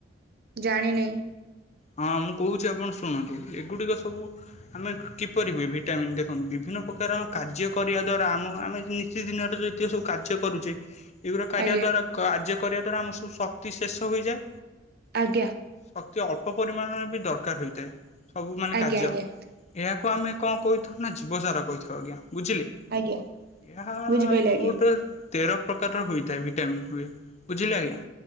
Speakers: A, on the right; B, on the left.
A: ଜାଣିନେଇଁ।
B: ହଁ ମୁଁ କହୁଛି ଆପଣ ଶୁଣନ୍ତୁ ଏଗୁଡ଼ିକ ସବୁ ଆମେ କିପରି ହୁଏ ଭିଟାମିନ୍ ଦେଖନ୍ତୁ ବିଭିନ୍ନ ପ୍ରକାର କାର୍ଯ୍ୟ କରିଆ ଦ୍ଵାରା ଆମ ଆମେ ନିତିଦିନରେ ଯୋ ଯେତିକ ସବୁ କାର୍ଯ୍ୟ କରୁଚେ ଏଗୁଡ଼ିକ କାରିଆ
A: ଆଜ୍ଞା
B: ଦ୍ୱାରା କାର୍ଯ୍ୟ କରିଆ ଦ୍ୱାରା ଆମର ସବୁ ଶକ୍ତି ଶେଷ ହୋଇଯାଏ
A: ଆଜ୍ଞା।
B: ଶକ୍ତି ଅଳ୍ପ ପରିମାଣରେ ବି ଦରକାର୍ ହୋଇଥାଏ ସବୁ ମାନେ
A: ଆଜ୍ଞା
B: କାର୍ଯ୍ୟ।
A: ଆଜ୍ଞା
B: ଏହାକୁ ଆମେ କଣ କହିଥାଉ ନା ଜୀବସାରା କହିଥାଉ ଆଜ୍ଞା ବୁଝିଲେ
A: ଆଜ୍ଞା
B: ଏହା
A: ବୁଝିପାଇଲି
B: ମୋଟ
A: ଆଜ୍ଞା।
B: ତେର ପ୍ରକାର ହୋଇଥାଏ ଭିଟାମିନ୍ ହୁଏ ବୁଝିଲେ ଆଜ୍ଞା